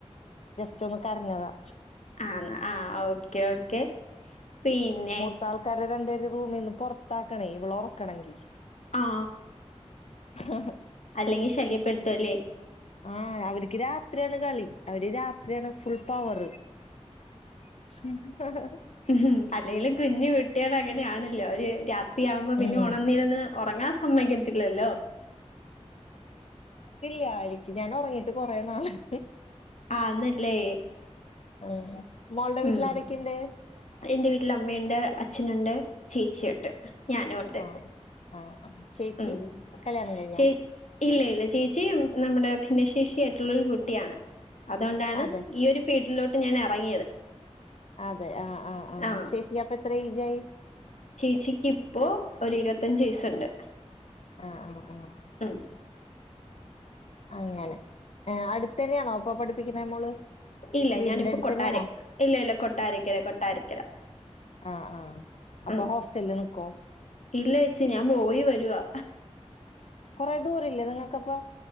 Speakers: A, on the left; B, on the left.
A: ജസ്റ്റ് ഒന്ന് കരഞ്ഞതാ
B: ആന്നോ ആഹ് ഓക്കെ ഓക്കെ പിന്നെ
A: ത്ത ആൾക്കാരെ രണ്ടുപേരെ റൂമിൽ നിന്ന് പുറത്താക്കണേ ഇവളെ ഉറക്കണെങ്കിൽ
B: ആ
A: ആഹ
B: അല്ലെങ്കിൽ ശല്യപ്പെടുത്തും അല്ലേ
A: ആഹ് അവർക്ക് രാത്രിയാണ് കളി അവര് രാത്രിയാണ് ഫുൾ പവറ് ഉ
B: ഉ അല്ലെങ്കിലും കുഞ്ഞ് കുട്ടിയൾ അങ്ങനെ ആണല്ലോ അവര് രാ ത്രി ആവുമ്പോ പിന്നെ
A: ഉം
B: ഉണർനിരന്ന് ഉറങ്ങാൻ സമ്മതിക്കത്തില്ലല്ലോ
A: ഇല്ലായിരിക്ക് ഞാൻ ഉറങ്ങിയിട്ട് കുറേ നാളായി
B: ആന്നല്ലേ
A: ആ മോളുടെ വീട്ടിൽ
B: ഉം
A: ആരൊക്കെയുണ്ട്?
B: എന്റെ വീട്ടില് അമ്മയുണ്ട് അച്ഛനുണ്ട് ചേച്ചിയുണ്ട് ഞാനും ഉണ്ട്
A: ആഹ് ആഹ് ചേച്ചി
B: ഉം
A: കല്യാണം കഴിഞ്ഞോ?
B: ചേ ഇല്ല ഇല്ല ചേച്ചിയ നമ്മുടെ ഭിന്നശേഷി ആയിട്ടുള്ളൊരു കുട്ടിയാണ് അതുകൊണ്ടാണ്
A: അതെ
B: ഈ ഒരു ഫീൽഡിലോട്ട് ഞാൻ ഇറങ്ങിയത്
A: അതെ ആഹ് ആഹ് ആഹ്,
B: ആ
A: ചേച്ചിക്ക് അപ്പൊ എത്ര ഏജ് ആയി?
B: ചേച്ചിക്ക് ഇപ്പോ ഒരു ഇരുപത്തഞ്ചു വയസ്സുണ്ട്
A: ആഹ് ആഹ് ആഹ്
B: ഉം
A: അങ്ങനെ ഏ അടുത്ത തന്നെയാണോ അപ്പൊ പഠിപ്പിക്കണ മോള്
B: ഇല്ല
A: വീടിന്റെ
B: ഞാനിപ്പോ
A: അടുത്തന്നെയാണോ
B: കൊട്ടാര ഇല്ല ഇല്ല കൊട്ടാരക്കര കൊട്ടാരക്കര
A: ആഹ് ആഹ് അപ്പൊ
B: ആഹ്
A: ഹോസ്റ്റലില് നിക്കോ
B: ഇല്ല ചേച്ചി ഞാൻ പോയി വരുവാ
A: കൊറെ ദൂര ഇല്ലേ നിങ്ങൾക്കപ്പോ